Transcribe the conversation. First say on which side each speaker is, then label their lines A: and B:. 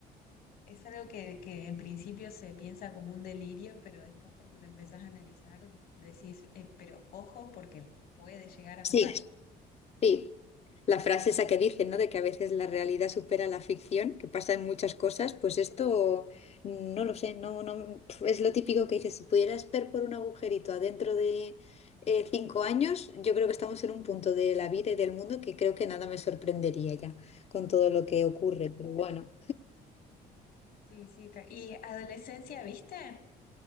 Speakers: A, on the left (about 60°); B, on the left (about 40°).
A: Es algo que, que en principio se piensa como un delirio, pero después cuando te empezás a analizar decís, "Eh, pero ojo porque puede llegar a
B: Sí,
A: pasar.
B: sí. La frase esa que dicen, ¿no? De que a veces la realidad supera la ficción, que pasa en muchas cosas, pues esto mm, no lo sé, no, no, es lo típico que dices, si pudieras ver por un agujerito adentro de eh, cinco años, yo creo que estamos en un punto de la vida y del mundo que creo que nada me sorprendería ya con todo lo que ocurre, pero bueno.
A: Sí, sí. te- ¿Y adolescencia, viste?